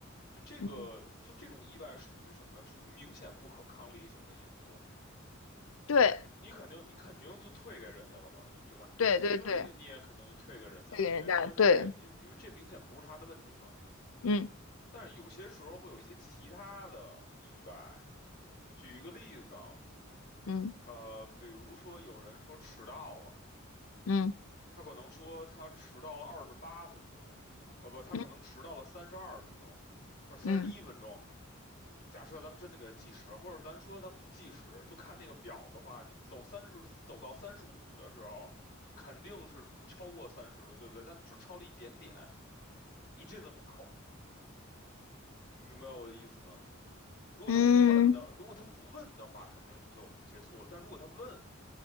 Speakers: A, on the left; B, on the left.
A: 就这个，
B: 嗯，
A: 就这种意外属于什么？属于明显不可抗力型的因素。
B: 对
A: 你肯定，你肯定就退给人家了嘛，因为对吧？于情于理，
B: 对对对，
A: 你也肯定就退给人家了，
B: 这个人家对，
A: 因为说这个，因因为这明显不是他的问题嘛。
B: 嗯
A: 但是有些时候会有一些其他的意外。举一个例子啊，
B: 嗯
A: 呃，比如说有人说迟到了，
B: 嗯
A: 他可能说他迟到了二十八分钟，呃不，他可能迟到了三十二分钟，
B: 嗯
A: 或者三十一分钟。
B: 嗯
A: 假设咱们真的给它计时，或者咱说咱不计时，就看那个表的话，你走三十，走到三十五的时候，肯定是超过三十的，对不对？但只超了一点点，你这怎么扣？你明白我的意思吗？如果他不问的，
B: 嗯。
A: 如果他不问的话，肯定就结束了。但如果他问，